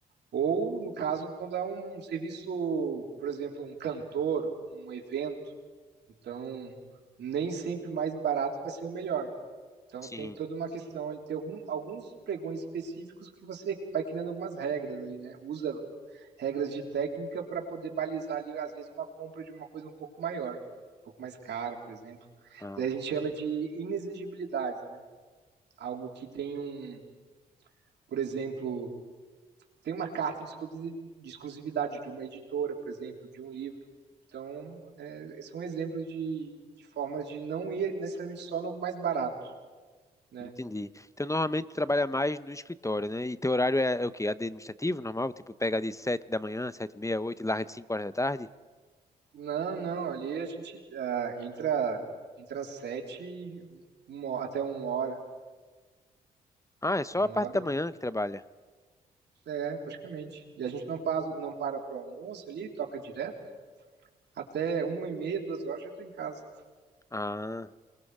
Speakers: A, on the right; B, on the left.
A: ou no caso, quando é um serviço, por exemplo, um cantor, um evento, então nem sempre o mais barato vai ser o melhor. Então
B: Sim.
A: tem toda uma questão de ter algum, alguns pregões específicos que você vai criando algumas regras ali, né? Usa regras de técnica para poder balizar ali, às vezes, uma compra de uma coisa um pouco maior, um pouco mais cara, por exemplo.
B: Ah,
A: Daí a gente chama de inexigibilidade, né? Algo que tem um, por exemplo, tem uma carta de exclusi- de exclusividade de uma editora, por exemplo, de um livro. Então, é, são exemplos de, de formas de não ir necessariamente só no mais barato, né?
B: entendi. Então, normalmente tu trabalha mais no escritório, né? E teu horário é, é o quê? Administrativo, normal? Tipo, pega de 7 da manhã, 7 e meia, 8, e larga de 5 horas da tarde?
A: Não, não, ali a gente ah, entra, entra às sete, e uma- até uma hora,
B: Ah, é só
A: uma
B: a parte
A: hora,
B: da manhã que trabalha.
A: é, praticamente. E a gente não passa, não para pro almoço ali, toca direto, até uma e meia, duas horas já tô em casa,
B: Ah,